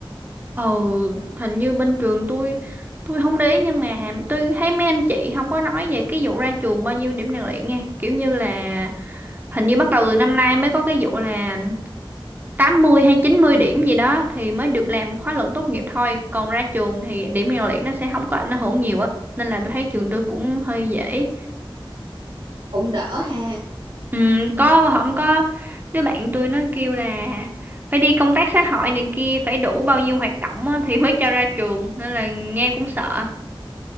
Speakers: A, on the right; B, on the right.
A: Ờ, hình như bên trường tôi tôi không để ý nhưng mà tôi thấy mấy anh chị không có nói về cái vụ ra trường bao nhiêu điểm rèn luyện nha. Kiểu như là hình như bắt đầu từ năm nay mới có cái vụ là 80 hay 90 điểm gì đó thì mới được làm khóa luận tốt nghiệp thôi. Còn ra trường thì điểm rèn luyện nó sẽ không có ảnh hưởng nhiều á. Nên là tôi thấy trường tôi cũng hơi dễ.
B: Cũng đỡ ha.
A: Ừ, có và không có đứa bạn tôi nó kêu là phải đi công tác xã hội này kia phải đủ bao nhiêu hoạt động á, thì mới cho ra trường nên là nghe cũng sợ